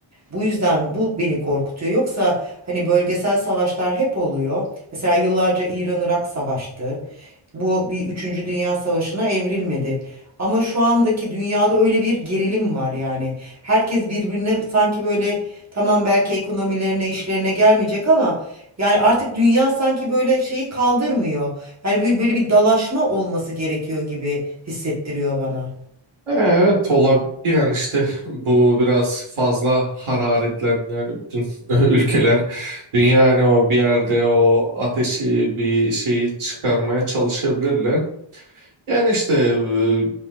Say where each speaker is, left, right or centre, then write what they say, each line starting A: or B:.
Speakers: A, on the right; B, on the right.
A: Bu yüzden bu beni korkutuyor. Yoksa hani bölgesel savaşlar hep oluyor. Mesela yıllarca İran-Irak savaştı. Bu bir üçüncü Dünya Savaşı'na evrilmedi. Ama şu andaki dünyada öyle bir gerilim var yani. Herkes birbirine sanki böyle tamam belki ekonomilerine, işlerine gelmeyecek ama yani artık dünya sanki böyle şeyi kaldırmıyor. Yani bir- böyle bir dalaşma olması gerekiyor gibi hissettiriyor bana.
B: Evet olabilir. Yani işte bu biraz fazla hararetlendi. Yani bütün <laughs> ülkeler dünya hani o bir yerde o ateşi bir şeyi çıkarmaya çalışabilirler. Yani işte e,